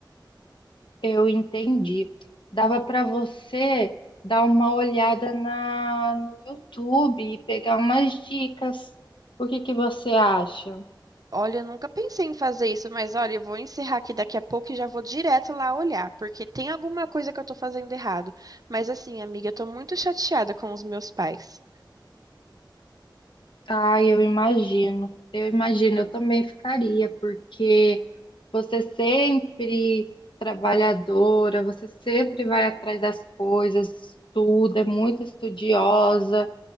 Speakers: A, on the left; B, on the right.
A: Eu entendi. Dava para você dar uma olhada na, no YouTube e pegar umas dicas. O que que você acha?
B: Olha, eu nunca pensei em fazer isso, mas olha, eu vou encerrar aqui daqui a pouco e já vou direto lá olhar, porque tem alguma coisa que eu tô fazendo errado. Mas assim, amiga, eu tô muito chateada com os meus pais.
A: Ah, eu imagino. Eu imagino, eu também ficaria, porque Você sempre trabalhadora, você sempre vai atrás das coisas, estuda, é muito estudiosa,